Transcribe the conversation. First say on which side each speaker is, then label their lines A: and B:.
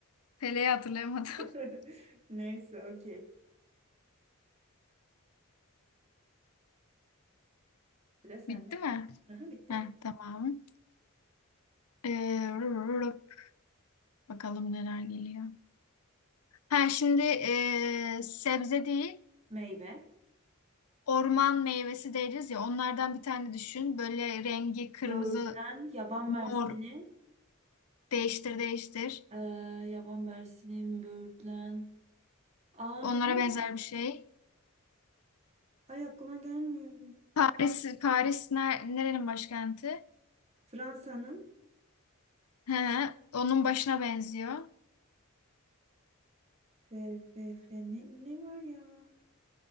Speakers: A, on the left; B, on the right.
A: Pele'yi hatırlayamadım.
B: başlıyor.
A: <laughs>
B: <laughs> Neyse okey. Sıra sende.
A: Bitti mi?
B: Aha, bitti
A: Heh,
B: bitti.
A: tamam. Ee, rup, bakalım neler geliyor. Ha şimdi ee, sebze değil,
B: Meyve.
A: orman meyvesi deriz ya. Onlardan bir tane düşün. Böyle rengi kırmızı
B: Böğürtlen. Yaban
A: Mor.
B: mersini.
A: Değiştir değiştir.
B: Ee, yaban mersini. Böğürtlen. Aa
A: Onlara
B: ne var?
A: benzer bir şey.
B: Ay aklıma gelmiyor.
A: Paris, Paris ner- nerenin başkenti?
B: Fransa'nın
A: He, onun başına benziyor.
B: F, F, F ne, ne var ya?